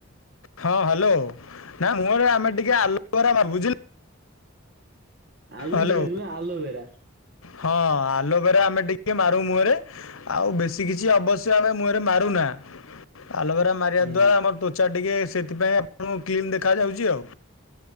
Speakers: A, on the left; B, on the right.
A: ହଁ ହାଲୋ ନାଁ ମୁହଁରେ ଆମେ ଟିକେ ଆଲବରା ମାରୁ ବୁଝିଲୁ?
B: ଆଲୁବିରା
A: ହାଲୋ
B: ନୁହେଁ ଆଲୋଭେରା।
A: ହଁ ଆଲବେରା ଆମେ ଟିକେ ମାରୁ ମୁହଁରେ। ଆଉ ବେଶୀ କିଛି ଅବଶ୍ୟ ଆମେ ମୁହଁରେ ମାରୁନା। ଆଲବେରା ମାରିବା
B: ହୁଁ
A: ଦ୍ୱାରା ଆମର ତ୍ୱଚା ଟିକେ ସେଥିପାଇଁ ଆପଣଙ୍କୁ କ୍ଲିନ୍ ଦେଖାଯାଉଚି ଆଉ।